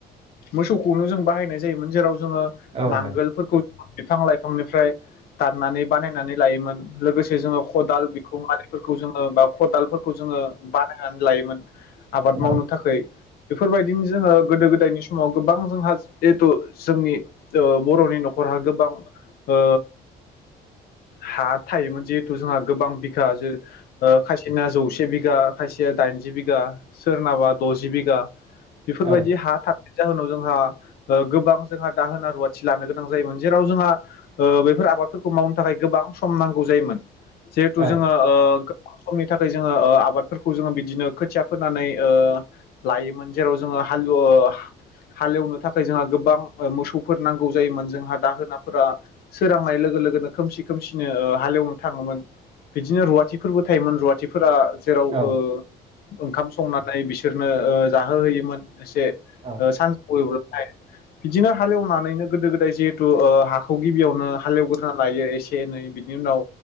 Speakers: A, on the left; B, on the right.
A: मोसौखौनो जों बाहायनाय जायोमोन। जेराव जोङो
B: औ
A: नांगोलफोरखौ
B: नंगौ
A: बिफां -लाइफांनिफ्राय दाननानै बानायनानै लायोमोन। लोगोसे जोङो खदाल बेखौ मारै <unintelligible> जोङो बा खदालफोरखौ जोङो बानायनानै लायोमोन। आबाद
B: औ
A: मावनो थाखै। बेफोरबायदिनो जोङो गोदो -गोदायनि समाव गोबां जोंहा जिहेथु जोंनि ओ बर'नि नखरहा गोबां ओ हा थायोमोन जिहेथु जोंहा गोबां बिघा सो खायसेना जौसे बिघा खायसेया दाइन जि बिघा सोरनाबा द'जि बिघा बेफोरबायदि
B: औ
A: हा <unintelligible> जाहोनाव जोंहा गोबां जोंहा दाहोना- रुवाथि लानो गोनां जायोमोन जेराव जोंहा ओ बेफोर आबादफोरखौ मावनो थाखाय गोबां सम नांगौ जायोमोन जिहेथु
B: औ
A: जोङो ओ समनि थाखाय जोङो ओ आबादफोरखौ जोङो बिदिनो खोथिया फोनानै ओ लायोमोन जेराव जोङो हालोवो हालेवनो थाखाय जोंहा गोबां मोसौफोर नांगौ जायोमोन जोंहा दाहोनाफोरा सोरांनाय लोगो - लोगोनो खोमसि खोमसिनो ओ हाल एवनो थाङोमोन बिदिनो रुवाथिफोरबो थायोमोन रुवाथिफोरा जेराव
B: औ
A: ओ ओंखाम संनानै बिसोरनो ओ जाहोहैयोमोन। एसे
B: औ
A: ओ सानस <unintelligible> 'थाय बिदिनो हालेवनानैनो गोदो गोदाय जिहेथु ओ हाखौ गिबियावनो हालेवग्रोना लायो एसे एनै बिनि उनाव